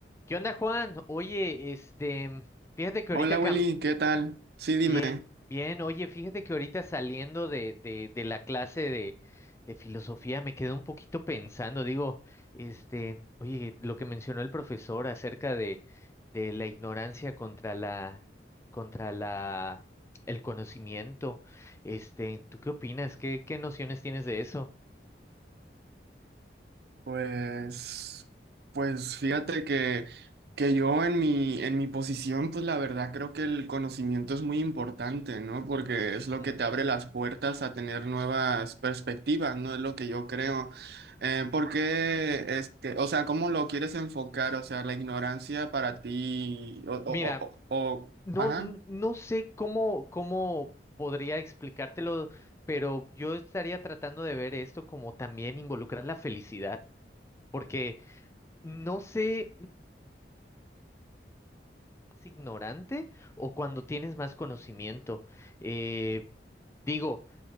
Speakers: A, on the left; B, on the right.
A: ¿Qué onda, Juan? Oye, este, mm, fíjate que
B: Hola
A: ahorita cam-
B: Willy, ¿qué tal? Sí, dime.
A: bien, bien, oye, fíjate que ahorita saliendo de, de, de la clase de, de filosofía me quedé un poquito pensando, digo, este, oye, lo que mencionó el profesor acerca de, de la ignorancia contra la, contra la, el conocimiento, este, ¿tú qué opinas? ¿Qué, qué nociones tienes de eso?
B: Pues, pues fíjate que, que yo en mi, en mi posición, pues la verdad creo que el conocimiento es muy importante, ¿no? Porque es lo
A: Ujú.
B: que te abre las puertas a tener nuevas perspectivas, ¿no? Es lo que yo creo. Eh, ¿por qué, este, o sea, ¿cómo lo quieres enfocar? O sea, la ignorancia para ti, o, o,
A: Mira.
B: o, o- o-
A: No,
B: ajá.
A: n- no sé cómo, cómo podría explicártelo, pero yo estaría tratando de ver esto como también involucrar la felicidad, porque no sé si es ignorante o cuando tienes más conocimiento. Eh, digo,